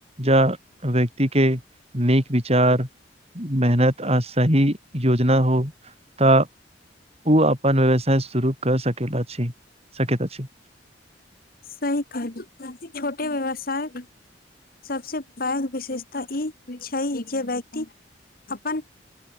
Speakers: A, on the right; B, on the left.
A: के व्यक्ति के नीक विचार मेहनत आ सही योजना हो। तऽ ओ अपन व्यवसाय शुरू कार सक अछि सकैत अछि
B: सही कहलूँ छोटे व्यवसाय सभसँ पैघ विशेषता ई छै जे व्यक्ति अपन